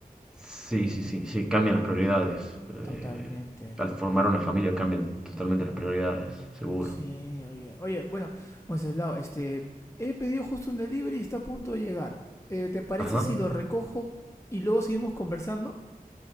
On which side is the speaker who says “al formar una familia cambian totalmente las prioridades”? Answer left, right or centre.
Centre